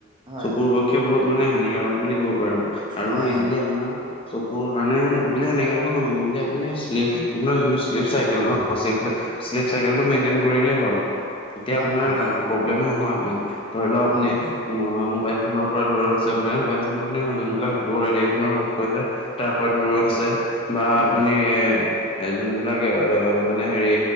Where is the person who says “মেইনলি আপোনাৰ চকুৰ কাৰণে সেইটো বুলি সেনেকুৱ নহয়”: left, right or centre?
Left